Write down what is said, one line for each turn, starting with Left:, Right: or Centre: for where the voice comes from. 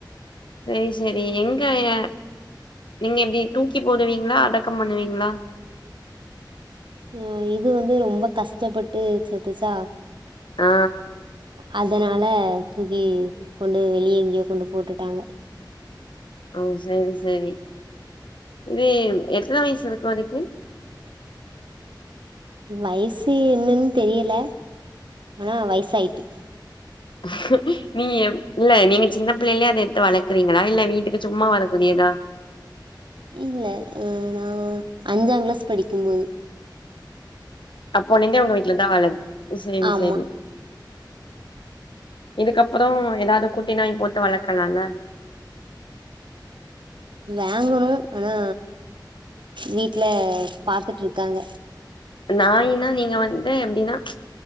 Left: செரி செரி எங்கய நீங்க எப்டி தூக்கி போடுவீங்களா அடக் க்கம் பண்ணுவீங்ளா
Right: அ இது வந்து ரொம்ப கஷ்டப்பட்டு செத்துச்சா
Left: ஆ
Right: அதனால தூக்கி கொண்டு வெளிய எங்கேயோ கொண்டு போட்டுட்டாங்க
Left: அ செரி செரி இது எத்ன வயசு இதுக் வரைக்கி
Right: வயசு என்னன் தெரியல ஆனா வயசாயிட்டு
Left: ஆ சு நீங்கப் இல்ல நீங்க சின்ன பிள்ளையா அதெடுத்து வளக்குறீங்களா இல்ல வீட்டுக்கு சும்மா வளக்குறீங்ளா
Right: இல்ல அ ‌ நா‌ அஞ்சாங் கிளாஸ் படிக்கும் போது
Left: அப்போ நீங்க உங்க வீட்ல தா வளக் செரி
Right: ஆமா
Left: செரி இதுக்கப்புறோ எதாவ்து குட் டி நாய் போட்டு வளக்கலால
Right: நாங்களு ஆனா வீட்ல பாத்துட்ருக்காங்க
Left: நாயினா நீங்க வந்து எப்டினா